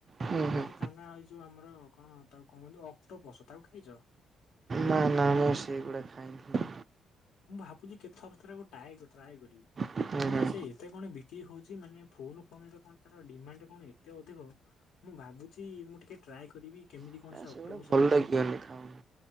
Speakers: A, on the right; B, on the left.
A: ହୁଁ
B: ଯୋଉ
A: ହୁଁ
B: କଣ ତାନା ଏଇ ଯୋଉ ଆମର କଣ ତାକୁ କଣ କୁୁହନ୍ତି ଅକ୍ଟୋପଶ ତାକୁ ଖାଇଛ।
A: ନା ନା ମୁଁ ସେଗୁଡା ଖାଇନି।
B: ମୁଁ ଭାବୁଛି କେତଥର ଥରେ ଟାଏ ଟ୍ରାଏ କରିବି।
A: ହୁଁ
B: କାଇଁ ନା
A: ହୁଁ
B: ସେ ଏତେ କଣ ବିକ୍ରି ହଉଛି ମାନେ ଫୋନ ଫୋନରେ କଣ ତାର ଡିମାଣ୍ଡ କଣ ଏତେ ଅଧିକ। ମୁଁ ଭାବୁଛି ମୁଁ ଟିକେ ଟ୍ରାଏ କରିବି କେମିତି
A: ଆ
B: କଣ ସେ ଅକ୍
A: ସେଗୁଡା
B: ଅକ୍ଟୋପସ
A: ଭଲ
B: ଲାଗେ।
A: ଲାଗିବନି ଖାଉନି।